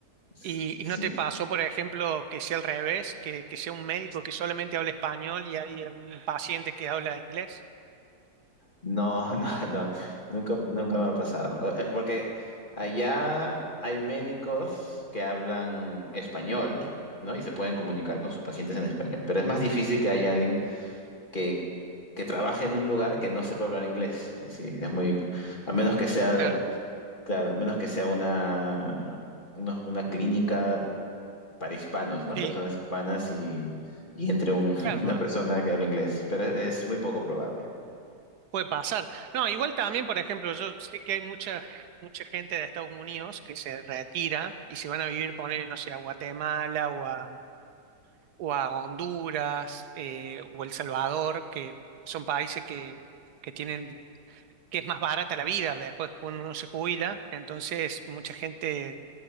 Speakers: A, on the left; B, on the right.
A: Sí,
B: Y, y no te pasó, por ejemplo, que sea al revés, que, que sea un médico que solamente hable español y hay un paciente que habla inglés.
A: No, <laughs> no, no, nunca, nunca me ha pasado. Es porque allá hay médicos que hablan español, ¿no? Y se pueden comunicar con sus pacientes en español. Pero es más difícil que haya alguien que, que trabaje en un lugar que no sepa hablar inglés. Es decir, es muy, a menos que sea,
B: Claro,
A: claro, a menos que sea una, una, una clínica para hispanos, ¿no?
B: sí,
A: Personas hispanas y, y entre un-
B: claro,
A: <laughs> una
B: pu-
A: persona que habla inglés. Pero es muy poco probable.
B: puede pasar. No, igual también, por ejemplo, yo sé que hay mucha, mucha gente de Estados Unidos que se retira y se van a vivir, poner, no sé, a Guatemala o a, o a Honduras eh, o El Salvador, que son países que, que tienen que es más barata la vida después cuando uno se jubila. Entonces, mucha gente,